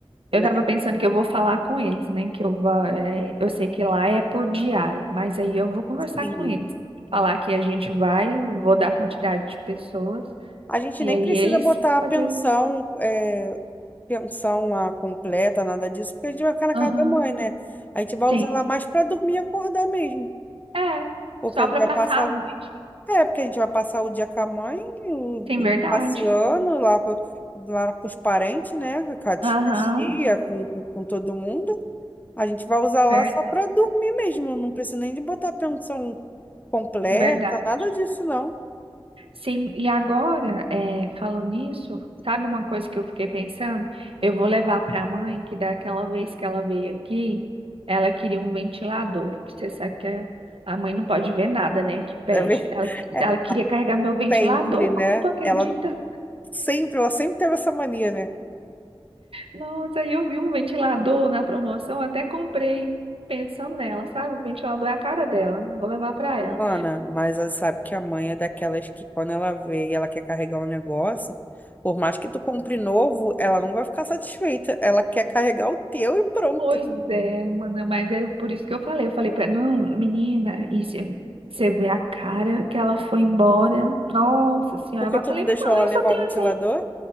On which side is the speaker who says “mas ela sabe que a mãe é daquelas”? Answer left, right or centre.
Left